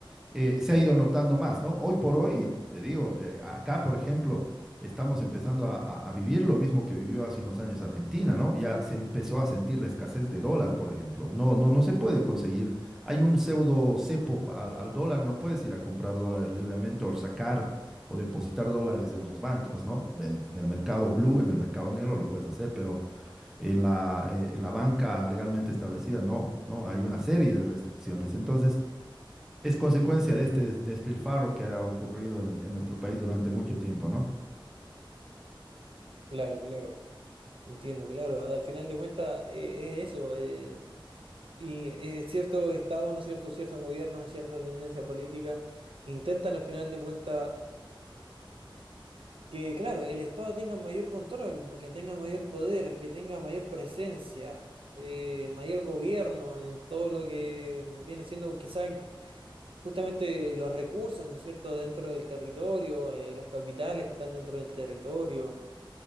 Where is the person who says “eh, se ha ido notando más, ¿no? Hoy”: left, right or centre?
Centre